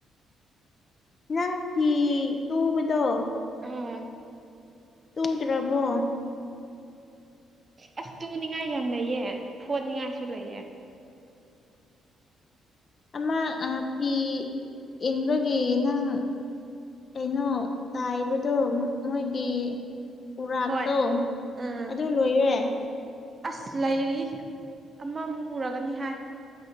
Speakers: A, on the left; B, on the right.
A: ꯅꯪ ꯐꯤ ꯇꯨꯕꯗꯣ
B: ꯎꯝ
A: ꯇꯨꯗ꯭ꯔꯕꯣ
B: ꯑꯁ ꯇꯨꯅꯤꯡꯉꯥꯏ ꯌꯥꯝ ꯂꯩꯌꯦ ꯐꯣꯠꯅꯤꯡꯉꯥꯏꯁꯨ ꯂꯩꯌꯦ
A: ꯑꯃ ꯐꯤ ꯏꯟꯕꯒꯤ ꯅꯪ ꯀꯩꯅꯣ ꯇꯥꯏꯕꯗꯣ ꯃꯣꯏꯒꯤ ꯎꯔꯥꯛꯇꯣ
B: ꯍꯣꯏ ꯎꯝ
A: ꯑꯗꯨ ꯂꯣꯏꯔꯦ
B: ꯑꯁ ꯂꯩꯔꯤ ꯑꯃꯃꯨꯛ ꯄꯨꯔꯒꯅꯤ ꯍꯥꯏ